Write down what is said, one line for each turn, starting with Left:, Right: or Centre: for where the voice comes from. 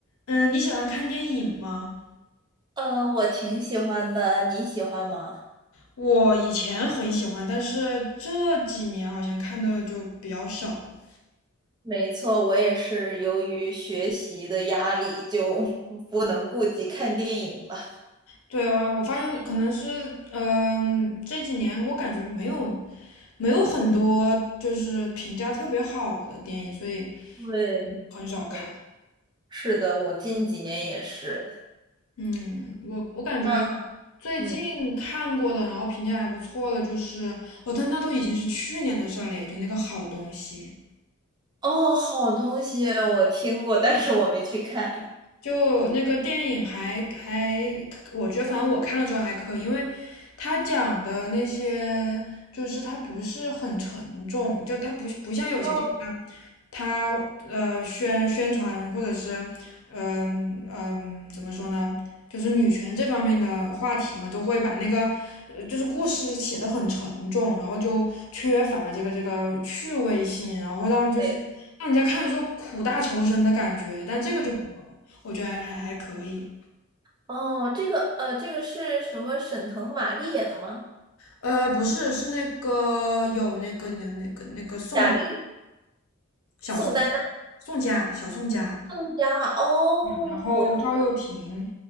Left: 嗯，你喜欢看电影吗？
Right: 嗯，我挺喜欢的，你喜欢吗？
Left: 我以前很喜欢，但是这几年好像看的就比较少了。
Right: 没错，我也是由于学习的压力，就 <laughs> 不能顾及看电影了。
Left: 对啊，我发现可能是，嗯，这几年我感觉没有没有很多就是评价特别好的电影，所以
Right: 对，
Left: 很少看。
Right: 没错，是的，我近几年也是。
Left: 嗯，我我感觉
Right: 嗯
Left: 最近看过了，
Right: 嗯，
Left: 然后评价还不错了，就是哦，但那都已经是去年的事儿了耶，就那个好东西。
Right: 哦，好东西啊，我听过，但是我没去看。
Left: 就那个电影还还，我觉得反正我看了之后还可以，因为他讲的那些就是他不是很沉重，就他不不像有些电影那
Right: 哦，
Left: 他呃宣宣传或者是嗯嗯、呃呃怎么说呢，就是女权这方面的话题嘛，都会把那个呃就是故事写得很沉重，然后就缺乏这个这个趣味性，然后让就是让人家看着就苦大仇深的感觉，
Right: 对，
Left: 但这个就没有，我觉得还还可以。
Right: 哦，这个呃，这个是什么？沈腾、马丽演的吗？
Left: 呃，不是，是那个有那个那个那个宋
Right: 贾玲、
Left: 小宋
Right: 宋丹丹、
Left: 宋佳小宋佳。
Right: 宋佳。哦，
Left: 然后赵又廷，
Right: 我知道。